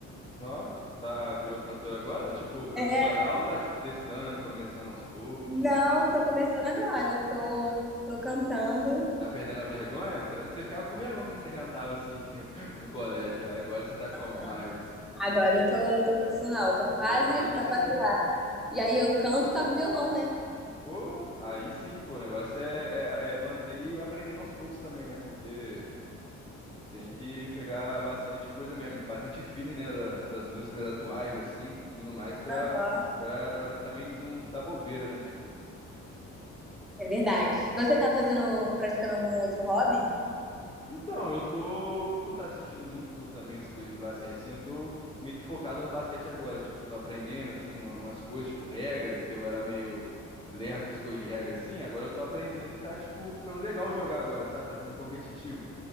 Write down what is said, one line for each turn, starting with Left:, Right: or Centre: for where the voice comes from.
Left: ó, tá, virou cantor agora? Tipo, profissional,
Centre: É,
Left: tá, tipo, testando, começando aos poucos?
Centre: não, tô começando agora. Tô, tô cantando.
Left: Tá perdendo a vergonha? Porque Eu lembro que você ficava com vergonha quando você cantava assim <laughs> no colégio. Aí agora você tá como?
Centre: Não,
Left: Mas,
Centre: Agora eu tô, tô profissional, tô quase,
Left: pô, aí
Centre: tô
Left: sim,
Centre: quase
Left: hein?
Centre: lá. E aí eu canto, toco violão, né?
Left: Pô, aí sim, pô. O negócio é, é, é manter e aprendendo aos poucos também, né? Porque tem que pegar bastante coisa mesmo, bastante feeling, né? da- das músicas atuais, assim, tudo mais, pra,
Centre: Aham.
Left: pra, pra também não dar bobeira, né? Tipo.
Centre: É verdade. Você tá fazendo, praticando algum outro hobby?
Left: Então, eu tô, puta, assistindo muito também essas coisas de basquete, assim, eu tô meio que focado no basquete agora, tipo, tô aprendendo, assim, uma- umas coisas, tipo, regra, que eu era meio lerdo com as coisas de regra, assim, agora eu tô aprendendo e tá, tipo, ficando legal jogar agora, sabe, tá ficando competitivo.